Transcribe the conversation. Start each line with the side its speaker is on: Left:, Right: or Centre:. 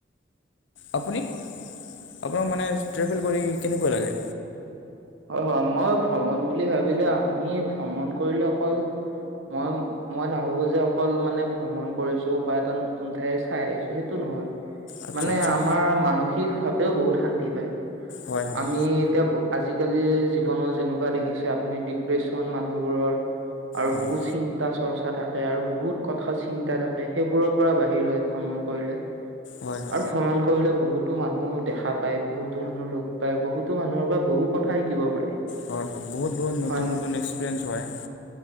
Left: আপুনি আপোনাক মানে ট্ৰেভেল কৰি কেনেকুৱা লাগে?
Right: হয়-হয় মই ভ্ৰমণ বুলি ভাবিলে আমি ভ্ৰমণ কৰিলে অকল মই মই নাভাবো যে অকল মানে ভ্ৰমণ কৰিছো বা এটা নতুন ঠাই চাই আহিছো সেইটো নহয়
Left: আচ্ছা
Right: মানে
Left: আচ্ছা
Right: আমাৰ মানসিক ভাৱেও বহুত শান্তি পায়
Left: হয় হয়
Right: আমি এতিয়া আজিকালি জীৱনত যেনেকুৱা দেখিছে আপুনি ডিপ্ৰেচন মানুহবোৰৰ আৰু
Left: হয়
Right: বহুত চিন্তা চ খৰচা থাকে আৰু বহুত কথা চিন্তা থাকে, সেইবোৰৰ পৰা বাহিৰ হয় ভ্ৰমণ কৰিলে।
Left: হয় হয়
Right: আৰু ভ্ৰমণ কৰিলে বহুত- টো মানুহ দেখা পায়, বহুতো মানুহ লগ পায়, বহুতো মানুহৰ পৰা বহু কথা শিকিব পাৰি।
Left: হয় হয়, বহুত বহুত নতুন
Right: হয় ন
Left: নতুন এক্সপিৰিয়েন্ঞ্চ হয়।